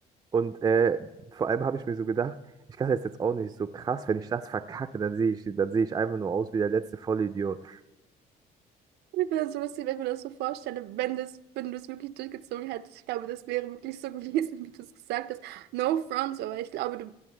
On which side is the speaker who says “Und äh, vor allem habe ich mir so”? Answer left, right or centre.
Right